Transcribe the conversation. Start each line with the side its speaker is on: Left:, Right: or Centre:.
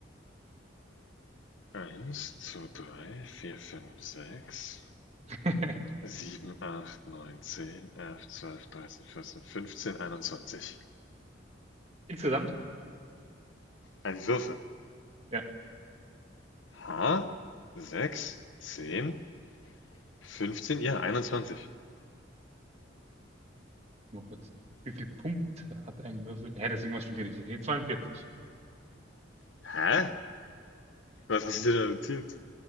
Left: Eins, zwei, drei, vier, fünf, sechs,
Right: <laughs>
Left: sieben, acht, neun, zehn, elf, zwölf, dreizehn, vierzehn, fünfzehn, einundzwanzig.
Right: Insgesamt?
Left: Ein Würfel.
Right: Ja,
Left: H, sechs, zehn, fünfzehn, ja, einundzwanzig.
Right: nur kurz. Wie viele Punkte hat ein Würfel? Hä, deswegen was stimmt hier nicht. Hier 42.
Left: Hä? Was hast du denn da notiert?